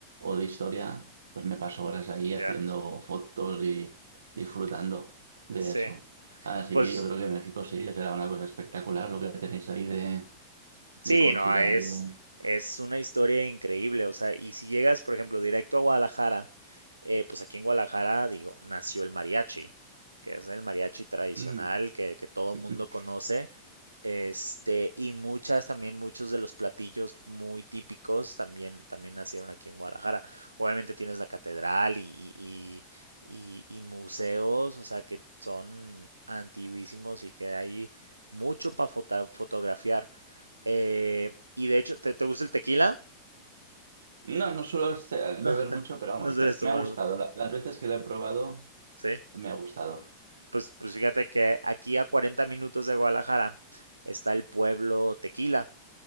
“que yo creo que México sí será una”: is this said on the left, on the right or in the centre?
Right